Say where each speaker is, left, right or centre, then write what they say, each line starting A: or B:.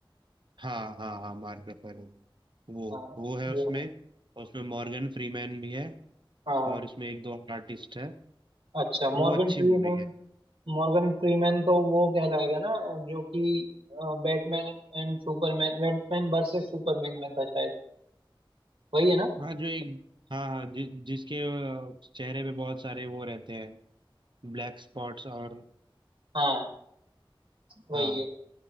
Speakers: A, on the right; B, on the right.
A: हाँ हाँ हाँ मार्क रफेलो वो
B: हाँ
A: वो है
B: वो
A: उसमें और उसमें मॉर्गन फ्रीमैन भी है
B: हाँ
A: और इसमें एक दो और आर्टिस्ट है
B: अच्छा
A: तो
B: मॉर्गन
A: वो अच्छी
B: फ्रीमैन
A: मूवी है
B: मॉर्गन फ्रीमैन तो वो कहलाएगा ना जो कि Batman and Superman Batman versus Superman में था शायद वही है ना
A: हाँ जो एक हाँ हाँ जि, जिसके अ, चेहरे पे बहुत सारे वो रहते हैं ब्लैक स्पॉट्स और
B: हाँ वही
A: हाँ
B: है